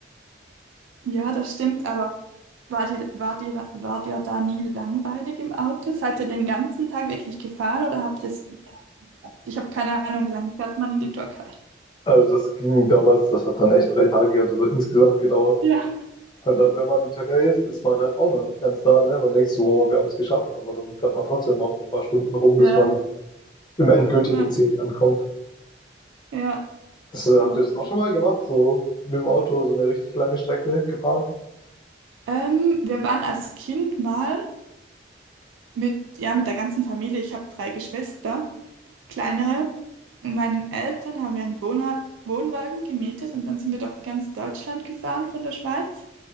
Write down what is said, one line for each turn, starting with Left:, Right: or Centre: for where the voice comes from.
Right: ja, das stimmt, aber war dir, war dir, da- war dir da nie langweilig im Auto? Seid ihr den ganzen Tag wirklich gefahren oder habt ihr es? Ich habe keine Ahnung, wie lange fährt man in die Türkei?
Left: Also das ging damals, das hat dann echt drei Tage oder so insgesamt gedauert.
Right: Ja.
Left: Und dann, wenn man in der Türkei ist, ist man halt auch noch nicht ganz da, ne? Man denkt so, wow, wir haben es geschafft, aber dann fährt man trotzdem noch ein paar Stunden rum, bis
Right: Ja,
Left: man dann im endgültigen
Right: ja,
Left: Ziel ankommt.
Right: ja.
Left: Das, äh,
Right: Okay.
Left: habt ihr das auch schon mal gemacht? So mit dem Auto so eine richtig lange Strecke gefahren?
Right: Ähm, wir waren als Kind mal mit, ja, mit der ganzen Familie, ich habe drei Geschwister. kleinere. Und meinen Eltern haben wir einen Wohnort, Wohnwagen gemietet und dann sind wir durch ganz Deutschland gefahren von der Schweiz